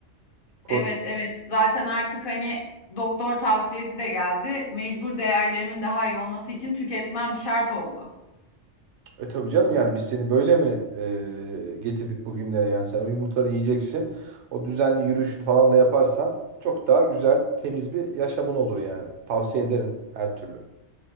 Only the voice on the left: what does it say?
Evet, evet. Zaten artık hani doktor tavsiyesi de geldi. Mecbur değerlerimin daha iyi olması için tüketmem şart oldu.